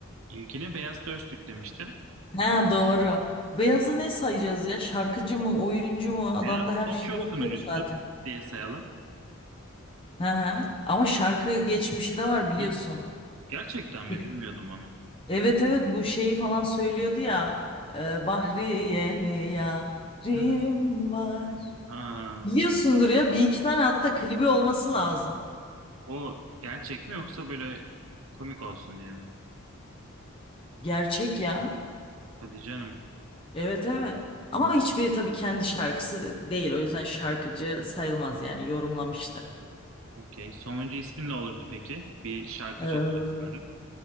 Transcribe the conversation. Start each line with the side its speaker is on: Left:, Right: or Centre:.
Right: İlkine Beyaz Dörstük demiştim.
Left: Ha doğru. Beyazı ne sayacağız ya? Şarkıcı mı, oyuncu mu? Adamda
Right: Beyaz
Left: her
Right: talk
Left: şey
Right: show
Left: yok
Right: sunucusu
Left: yok zaten.
Right: diye sayalım.
Left: Hı hı. Ama şarkı geçmişi de var biliyorsun.
Right: Hı, Gerçekten mi
Left: Bir-
Right: bilmiyordum onu.
Left: Evet evet bu şeyi falan söylüyordu ya. E, Bahriyeli yarim
Right: Hı hı.
Left: var.
Right: Ha,
Left: Biliyorsundur ya bir iki tane hatta klibi olması lazım.
Right: o gerçek mi yoksa böyle komik olsun diye mi?
Left: Gerçek ya.
Right: Hadi canım.
Left: Evet evet. Ama
Right: Hı,
Left: hiçbiri tabii kendi şarkısı değil. O yüzden şarkıcı sayılmaz yani yorumlamıştı.
Right: Okey. Sonuncu ismin ne olurdu peki? Bir şarkıcı
Left: Ee,
Right: olurdu sanırım.